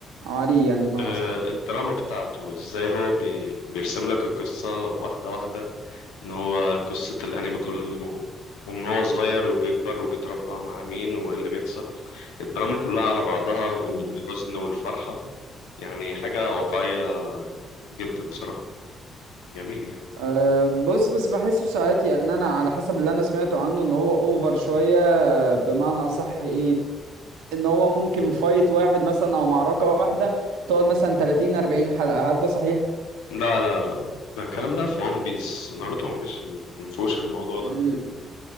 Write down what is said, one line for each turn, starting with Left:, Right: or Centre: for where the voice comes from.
Right: او عليه يعني بمعنى
Left: أه،
Right: اصح
Left: الدراما بتاعته ازاي هو بي بيرسم لك القصه واحده واحده ان هو قصه الانمي كله ومن هو صغير وبيكبر وبيتربى مع مين وايه اللي بيحصل الدراما كلها على بعضها والحزن والفرحه يعني حاجه واقعيه جدا بصراحه جميل يعني
Right: أه بص بس بحسه ساعات يعني انا على حسب اللي انا سمعته عنه ان هو اوفر شوية بمعنى اصح ايه ان هو ممكن فايت واحد مثلا او معركة واحدة تقعد مثلا 30 40 حلقة هل ده صحيح؟
Left: لا لا لا ده الكلام ده في ون بيس ناروتو ما فيش ما فيهوش الموضوع
Right: ال-
Left: ده